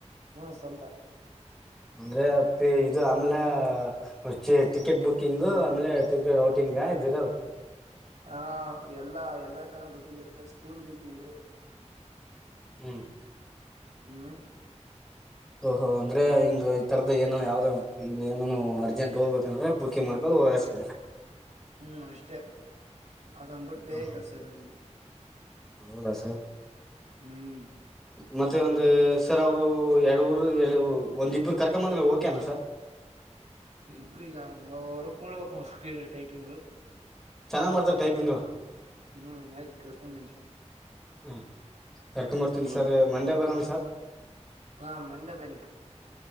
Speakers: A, on the right; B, in the centre.
A: ಹ್ಮ್ ಸ್ವಂತ
B: ಅಂದ್ರೆ ಅಪ್ಪಿ ಆಮೇಲೆ ಛೆ ಟಿಕೆಟ್ ಬುಕಿಂಗ್ ಆಮೇಲೆ ಟಿಕೆಟ್ ಔಟಿಂಗ್ ಇದು ದೇರ
A: ಹಾ ಎಲ್ಲಾ ಎಲ್ಲಾ ತರ ಬುಕಿಂಗ್ ಇರುತ್ತೆ ಸ್ಕೂಲ್ ಬುಕಿಂಗ್
B: ಹ್ಮ್
A: ಹಾ
B: ಓಹೋ ಅಂದ್ರೆ ಈ ತರದ ಏನ ಯಾವ್ದ ಏನನು ಅರ್ಜೆಂಟ್ ಹೋಗ್ಬೇಕ ಅಂದ್ರೆ ಬುಕಿಂಗ್ ಮಾಡ್ಕೋ ಓ ಅಷ್ಟದ
A: ಹ್ಮ್ ಅಷ್ಟೇ ಅದಂದ್ಬಿಟ್ಟು ಬೇರೆ
B: ಹ
A: ಕೆಲಸ ಇಲ್ಲ ನಿಮ್ಗೆ
B: ಹೌದಾ ಸರ್
A: ಹ್ಮ್
B: ಮತ್ತೆ ಒಂದು ಸರ್ ಅವರು ಎರಡು ರು ಎರಡು ಒಂದ ಇಬ್ಬರು ಕರ್ಕೊಂಡು ಬಂದ್ರೆ ಓಕೆನಾ ಸರ್
A: ಇಬ್ರಿಗ ಒರ್ಕ್ ಮೂಡ್ಕನ ಸ್ಪೀಡ್ ಟೈಪಿಂಗ್
B: ಚೆನ್ನಾಗ್ ಮಾಡ್ತಾರೆ ಟೈಪಿಂಗ್ ಅವ್ರು
A: ಹ್ಮ್ ಆಯ್ತ್ ಕಳ್ಕೊಂಬನ್ನಿ
B: ಹಾಂ ಕರ್ಕೊಂಬರ್ತೀನಿ
A: ಹ್ಮ್
B: ಸರ್ ಮಂಡೇ ಬರೋಣ ಸರ್
A: ಹಾ ಮಂಡೆ ಬನ್ನಿ